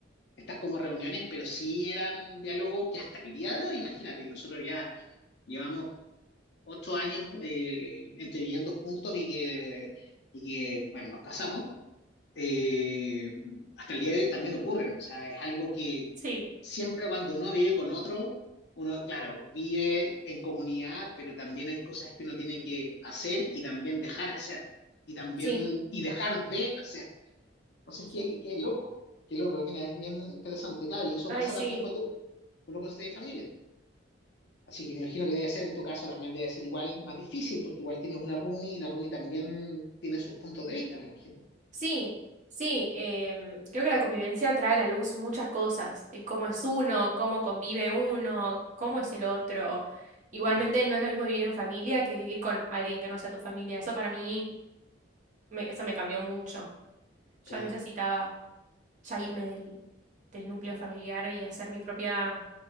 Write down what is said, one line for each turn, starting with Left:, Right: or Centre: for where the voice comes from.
Left: estas como reuniones, pero sí eran diálogos que hasta el día de hoy, imagínate, que nosotros ya llevamos ocho años eh, entre viviendo juntos y que, y que, bueno, nos casamos, eh, hasta el día de hoy también ocurren. O sea, es algo que
Right: Sí,
Left: siempre cuando uno vive con otro, uno, claro, vive en comunidad, pero también hay cosas que uno tiene que hacer y también dejar hacer, y también,
Right: sí,
Left: y dejar de hacer. O sea
Right: sí.
Left: Entonces, que qué loco, qué loco, mira, es bien interesante, claro, y eso
Right: Ay,
Left: pasa
Right: sí.
Left: también cuando uno construye familia. Así que me imagino que debe ser, en tu caso, también debe ser igual más difícil, porque igual tienes una roomie y la roomie también tiene sus puntos de vista, me imagino.
Right: Sí, sí. em, creo que la convivencia trae a la luz muchas cosas, de cómo es uno, cómo convive uno, cómo es el otro. Igualmente
Left: Mm,
Right: no es lo mismo vivir en familia que vivir con alguien que no sea tu familia. Eso para mí, me- eso me cambió mucho. Yo
Left: claro,
Right: necesitaba ya irme del, del núcleo familiar y hacer mi propia,